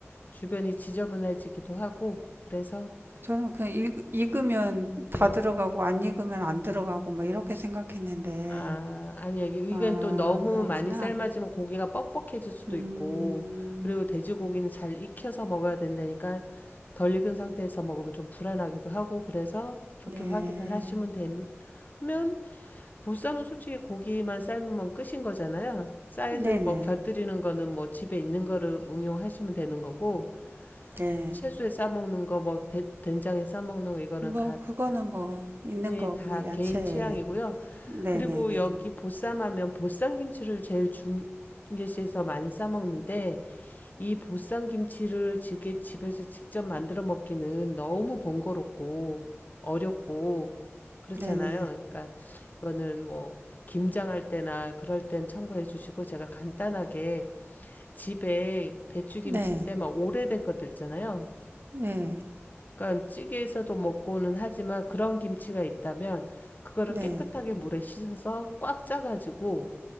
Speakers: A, on the left; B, on the right.
A: 주변이 지저분해지기도 하고 그래서
B: 저는 그냥 읽, 읽으면
A: 네,
B: 다 들어가고 안 읽으면 안 들어가고 막 이렇게 생각했는데,
A: 아, 아니야. 이-
B: 아,
A: 이건 또 너무
B: 그렇구나.
A: 많이 삶아지면 고기가 뻑뻑해질 수도
B: 음,
A: 있고, 그리고 돼지고기는 잘 익혀서 먹어야 된다니까 덜 익은 상태에서 먹으면 좀 불안하기도 하고, 그래서 그렇게
B: 네,
A: 확인을 하시면 되면 보쌈은 솔직히 고기만 삶으면 끝인 거잖아요. 사이드
B: 네네,
A: 뭐 곁들이는 거는 뭐 집에 있는 거를 응용하시면 되는 거고,
B: 네.
A: 뭐 채소에 싸먹는 거, 뭐 배- 된장에 싸먹는 거, 이거는
B: 뭐
A: 가,
B: 그거는
A: 다-
B: 뭐 있는
A: 네,
B: 거
A: 다
B: 그냥 야채,
A: 개인 취향이고요.
B: 네네네,
A: 그리고 여기 보쌈하면 보쌈김치를 제일 중계시에서 많이 싸먹는데 이 보쌈김치를 집에서 직접 만들어 먹기는 너무 번거롭고 어렵고 그렇잖아요.
B: 네네,
A: 그러니까 이거는 뭐 김장할 때나 그럴 땐 참고해 주시고 제가 간단하게 집에 배추김치인데
B: 네,
A: 막 오래된 것들 있잖아요.
B: 네,
A: 그러니까 찌개에서도 먹고는 하지만 그런 김치가 있다면 그거를
B: 네.
A: 깨끗하게 물에 씻어서 꽉 짜가지고